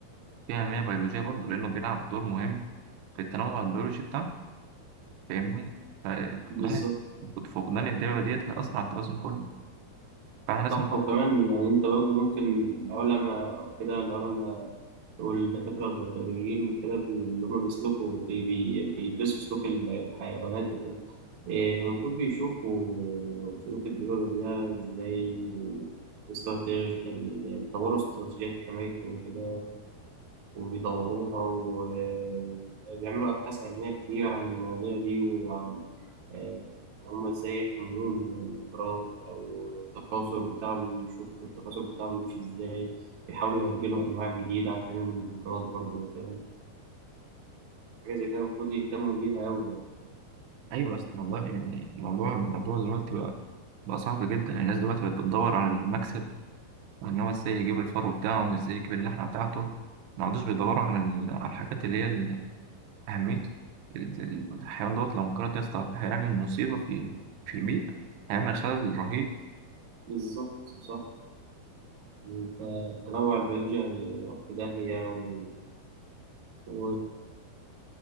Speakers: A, on the right; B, on the right.
A: فيه أهمية بيولوجية برضو لأنه بيلعب دور مهم في التنوع البيولوجي بتاعه فاهمني ففقدان
B: بالظبط
A: فقدان الدببة ديت هيأثر على التوازن كله فاحنا لازم
B: صح وكمان يعني أنت برضه ممكن العلماء أو كده العلماء والدكاترة البيطريين وكده بي- اللي هما بيسلكوا بي بي بيدرسوا سلوك ال- الحيوانات وكده إيه، المفروض بيشوفوا سلوك الدببة ده إزاي و- واستراتيج يعني طوروا استراتيجيات حمايته وكده وبيطوروها وبيعملوا أبحاث علمية كتير عن المواضيع دي وعن آه، إن هما إزاي يحموهم من الانقراض أو التكاثر بتاعه بيشوفوا التكاثر بتاعه بيمشي إزاي بيحاولوا يهجنوا أنواع جديدة عشان الانقراض برضه فاهم حاجة زي كده المفروض يهتموا بيها أوي يعني
A: أيوة أصلا والله يعني الموضوع الموضوع دلوقتي بقى بقى صعب جدا الناس دلوقتي بقت بتدور على المكسب وإن هو إزاي يجيب الفرو بتاعه وإزاي يجيب اللحمة بتاعته ما عادوش بيدوروا على ال- على الحاجات اللي هي أهميته ال- ال- الحيوان دوت لو انقرض يا اسطى هيعمل مصيبة في في البيت هيعمل خلل رهيب
B: بالظبط صح انت التنوع البيولوجي هيروح في داهية و... و...